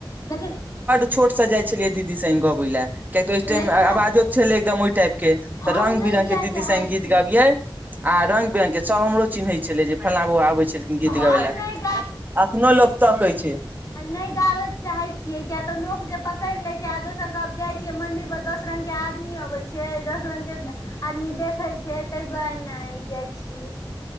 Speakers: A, on the left; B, on the right.
A: लेकिन।
B: छोट से जाइ छलियै दीदी संध गबे लए कियकि ओहि टाइम
A: लेकिन
B: आवाजो छलै एकदम ओहि टाइप। के
A: हम
B: रंग बिरंगके
A: नहि जाय
B: दीदी
A: चाहै
B: सँ गीत
A: छियै
B: गबिये आ रंग बिरंग के सभ हमरो चिन्है छै। छले जे फल्ला बौ आबै छलखिन, गीत
A: हम
B: गाबै लए
A: नहि
B: अखनो लोको तकै छै।
A: आ नहि गाबय चाहैत छियै, किया तऽ लोक जे पकड़ि लैत छै, आ दोसर गप जाइ छियै, मंन्दिर पर दस रंगके आदमी अबे छै, दस रंगके आदमी देखे। छै ताइ दुआरे नहि जाइ छिये